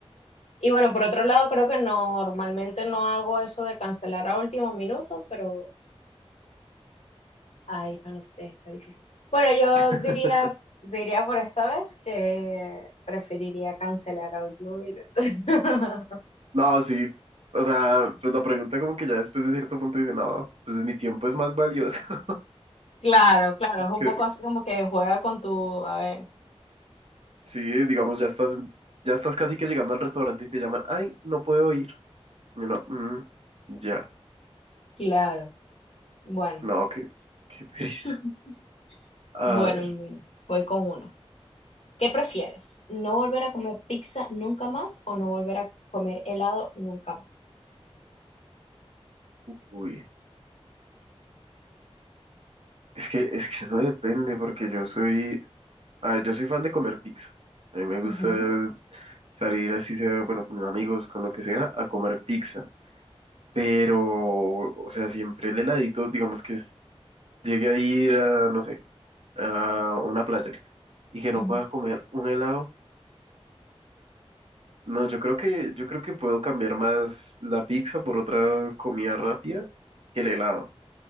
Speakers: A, on the left; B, on the right.
A: y bueno, por otro lado, creo que normalmente no hago eso de cancelar a último minuto, pero Ay, no lo sé, está difícil. Bueno, yo
B: <laughs>
A: diría, diría por esta vez que preferiría cancelar a último minuto. <laughs>
B: No, sí. O sea, pues la pregunta como que ya después de cierto punto dice, no, pues mi tiempo es más valioso. <laughs>
A: Claro, claro, es
B: Que,
A: un poco así como que juega con tu, a ver,
B: sí, digamos, ya estás, ya estás casi que llegando al restaurante y te llaman, ay, no puedo ir. Y uno, "Mm, ya,
A: claro, bueno,
B: no, qué, qué pereza.
A: <laughs>
B: A
A: bueno,
B: ver,
A: mira, voy con uno. ¿Qué prefieres? ¿No volver a comer pizza nunca más o no volver a comer helado nunca más?
B: uy, es que, es que eso depende porque yo soy, A ver, yo soy fan de comer pizza. A mí me
A: Ujú,
B: gusta salir así sea, bueno, con mis amigos, con lo que sea, a comer pizza. Pero, o sea, siempre el heladito, digamos que es- llegue a ir a, no sé, a una playa y que
A: ujú.
B: no pueda comer un helado. No, yo creo que, yo creo que puedo cambiar más la pizza por otra comida rápida que el helado.